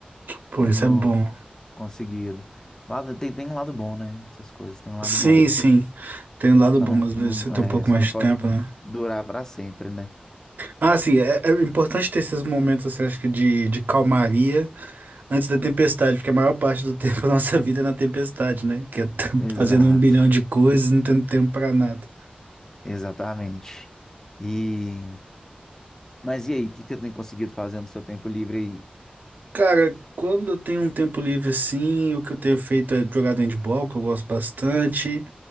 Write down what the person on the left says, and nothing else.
tenho
conseguido. Lado, tem, tem um lado bom, né? Essas coisas têm um lado
bom.
Só
não,
não-
é,
só
não
pode
durar para sempre, né?
Exato,
exatamente. E, mas e aí, o que que você tem conseguido fazer no seu tempo livre aí?